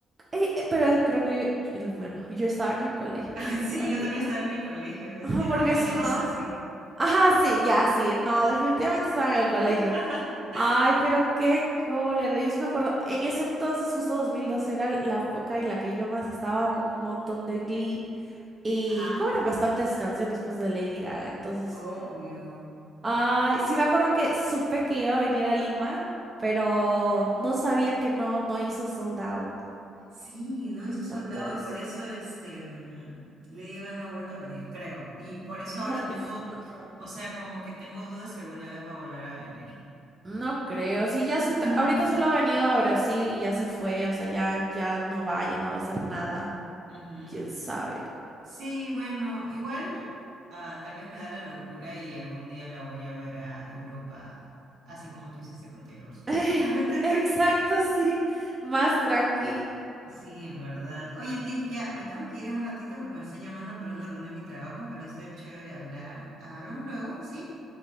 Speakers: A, on the right; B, on the right.
A: Ey, eh, pero creo que yo, yo- bueno, yo estaba en el colegio,
B: <laughs>
A: creo que
B: Sí,
A: todavía.
B: yo también estaba en el colegio,
A: <laughs>
B: este,
A: Ajá,
B: era
A: porque
B: dos mil
A: si
B: doce
A: no.
B: así.
A: Ajá, sí, ya, sí. No, definitivamente estaba en el colegio.
B: <laughs>
A: Ay, pero qué cólera. Yo sí me acuerdo, en ese entonces, justo 2002 era la época en la que yo más estaba con un montón de Glee. Y
B: Ajá,
A: cobran bastantes canciones, pues, de Lady Gaga. Entonces,
B: obvio.
A: Ay, sí me acuerdo que supe que iba a venir a Lima, pero no sabía que no, no hizo sold out.
B: Sí, no
A: Qué
B: hizo soldado
A: tontos.
B: y por eso este mm, Lady Gaga no ha vuelto a venir, creo. Y por eso
A: No,
B: ahora
A: pues,
B: tengo,
A: ajá.
B: o sea, como que tengo dudas si alguna vez va a volver a venir.
A: No creo. Sí, ya sí, ta-
B: <laughs>
A: ahorita solo ha venido a Brasil y ya se fue. O sea, ya, ya no va, ya no va a hacer nada.
B: Ujú.
A: ¿Quién sabe?
B: Sí, bueno, igual ah, tal vez me da la locura y algún día la voy a ver a Europa, así como tú hiciste con Taylor Swift.
A: <laughs>
B: <laughs>
A: Exacto, sí. Más tranqui.
B: Sí, en verdad. Oye, Tiff, ya me tengo que ir en un ratito porque me están llamando por una reunión de mi trabajo, pero ha sido chévere hablar. Ah, hablamos luego, ¿sí?